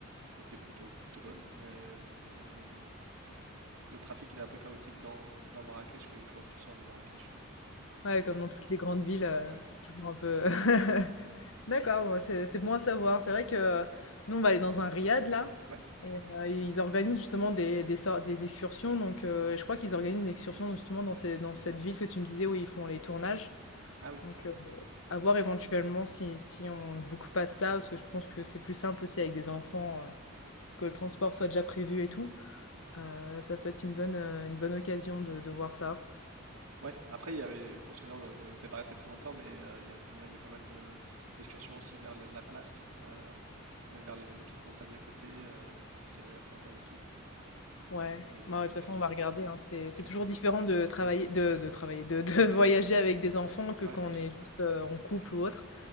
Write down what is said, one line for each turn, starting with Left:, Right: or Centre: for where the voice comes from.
Right: étaient plutôt, plutôt bonnes. Et, et les, Le trafic, il est un peu chaotique dans, dans Marrakech, mais une fois que tu sors de Marrakech, euh,
Left: Ouais,
Right: c'est...
Left: comme dans toutes les grandes villes, heu,
Right: Ouais.
Left: c'est toujours un peu <laughs> D'accord, ouais, c'est c'est bon à savoir. C'est vrai que euh, nous, on va aller dans un riad là,
Right: Ouais?
Left: et euh, ils organisent justement des, des, sor- des excursions. Donc, euh, je crois qu'ils organisent une excursion justement dans, ces- dans cette ville que tu me disais où ils font les tournages.
Right: Ah oui.
Left: Donc,
Right: Ouais,
Left: euh,
Right: ouais.
Left: à voir éventuellement si, si on ne boucle pas ça, parce que je pense que c'est plus simple aussi avec des enfants, euh, que le transport soit déjà prévu et tout. Euh, ça peut être une bonne, euh, une bonne occasion de, de voir ça.
Right: Ouais, Après, il y avait... Parce que là, on on n'était pas resté très longtemps, mais euh, il y a, pas- il y a pas mal de d'excursions aussi vers l- l'Atlas, euh, et vers les, les petites montagnes à côté, euh, qui avaient l'air sympa aussi.
Left: Ouais,
Right: Mais nous,
Left: moi
Right: on manquait,
Left: de toute façon, on va regarder, hein. C'est,
Right: on manquait
Left: c'est toujours
Right: un peu de
Left: différent
Right: temps.
Left: de travailler, de, de travailler, de, de <laughs> voyager avec des enfants que
Right: Ouais,
Left: quand
Right: bien sûr.
Left: on est juste euh, en couple ou autre.